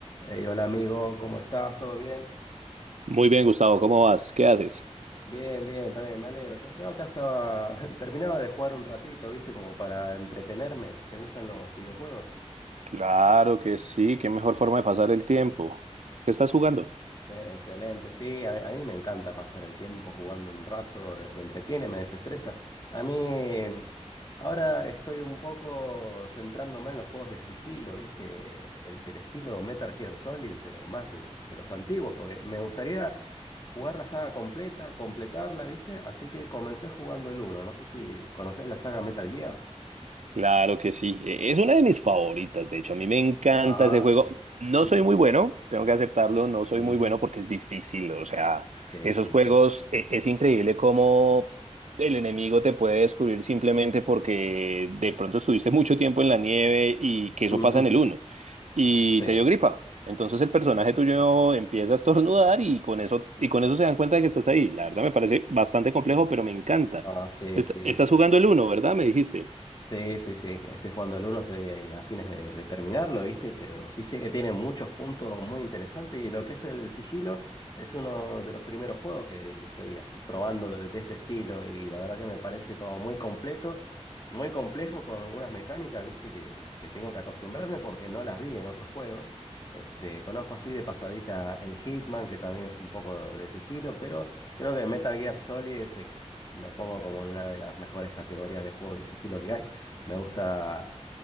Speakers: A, on the left; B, on the right.
A: Hey, hola amigo, ¿cómo estás? ¿Todo bien?
B: Muy bien, Gustavo, ¿cómo vas? ¿Qué haces?
A: Bien, bien, también me alegro. Yo, yo acá estaba, <laughs> terminaba de jugar un ratito, ¿viste? Como para entretenerme. ¿Te gustan los videojuegos?
B: Claro que sí, qué mejor forma de pasar el tiempo. ¿Qué estás jugando?
A: Eh, Excelente, sí, a, a mí me encanta pasar el tiempo jugando un rato, eh, me entretiene, me desestresa. A mí ahora estoy un poco centrándome en los juegos de sigilo, ¿viste? El del estilo Metal Gear Solid, pero más de, de los antiguos, porque me gustaría jugar la saga completa, completarla, ¿viste? Así que comencé jugando el uno no sé si conocés la saga Metal Gear.
B: Claro que sí, E- es una de mis favoritas, de hecho, a mí me encanta
A: Ajá,
B: ese juego.
A: sí.
B: No
A: <laughs>
B: soy muy bueno, tengo que aceptarlo, no
A: Ujú,
B: soy muy bueno porque es difícil, o sea,
A: Sí,
B: esos
A: sí,
B: juegos
A: sí.
B: e- es increíble cómo el enemigo te puede descubrir simplemente porque de pronto estuviste mucho tiempo en la nieve y que eso
A: <laughs>
B: pasa en el uno y
A: Sí.
B: te dio gripa. Entonces el personaje tuyo empieza a estornudar y con eso y con eso se dan cuenta de que estás ahí. La verdad me parece bastante complejo, pero me encanta.
A: Ah, sí,
B: Est-
A: sí.
B: estás jugando el uno, ¿verdad? Me dijiste.
A: Sí, sí, sí, estoy jugando el uno estoy ahí a fines de, de terminarlo, ¿viste? Pero sí sé que tiene muchos puntos muy interesantes y lo que es el sigilo es uno de los primeros juegos que que estoy así probando de, de este estilo y la verdad que me parece como muy completo, muy complejo con unas mecánicas, ¿viste? Que, que tengo que acostumbrarme porque no las vi en otros juegos. Este, conozco así de pasadita el Hitman, que también es un poco de sigilo, pero creo que Metal Gear Solid ese lo pongo como en una de las mejores categorías de juegos de sigilo que hay. Me gusta